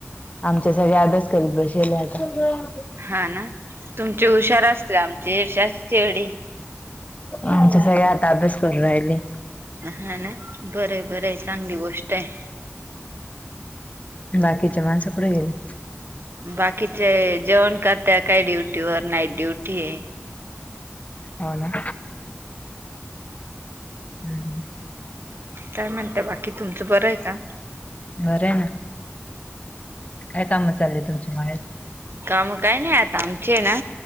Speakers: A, on the left (about 35°); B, on the right (about 60°).
A: आमच्या सगळे अभ्यास करीत ब <unintelligible>
B: हा ना. तुमचे हुशार असते आमचीषार शवडी
A: आमच्या सगळे आता अभ्यास करू राहिले.
B: हा ना. बरंय बरंय चांगली गोष्ट आहे.
A: बाकीच्या माणस कुठ गेली?
B: बाकीचे जेवण कर त्या काय ड्युटी व नाईट ड्युटीए
A: हो ना. हम्
B: काय म्हणत बाकी, तुमचं बरं आहे का?
A: बरं आहे ना काय काम चालली तुमच्या मळ्यात?
B: काम काही नाही आता आमचे ना,